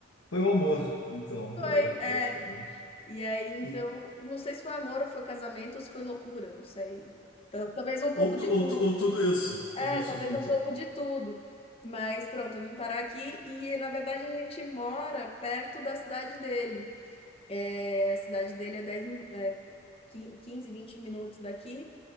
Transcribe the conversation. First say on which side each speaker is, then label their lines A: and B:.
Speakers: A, on the left; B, on the left.
A: Foi o amor, então,
B: Foi, é.
A: <laughs> basicamente.
B: E aí, então,
A: E,
B: não sei se foi amor ou foi casamento ou se foi loucura, não sei. Tal- Talvez um pouco
A: ou, tu-
B: de
A: ou,
B: tudo.
A: tu- ou tudo isso,
B: É,
A: tudo isso
B: talvez
A: junto.
B: um pouco de tudo. Mas pronto, eu vim parar aqui e, na verdade, a gente mora perto da cidade dele. É, a cidade dele é 10, min- é, quin- 15, 20 minutos daqui.